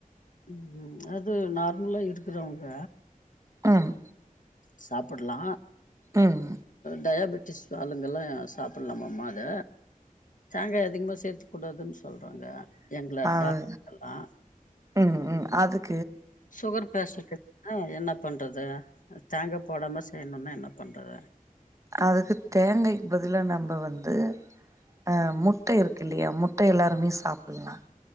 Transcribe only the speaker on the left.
உம் அது நார்மலா இருக்கிறவங்க
சாப்புட்லா
டயாபேட் ட்டிஸ் ஆளுங்கெல்லா சாப்புட்லாம அம்மா அத தேங்காய் அதிகமா சேத்துக் கூடாதுன்னு சொல்றாங்க எங்கள
டாக் லா
சுகர் பேஷண்டுக்கு என்ன பண்றது தேங்கா போடாம செய்யணுனா என்ன பண்றது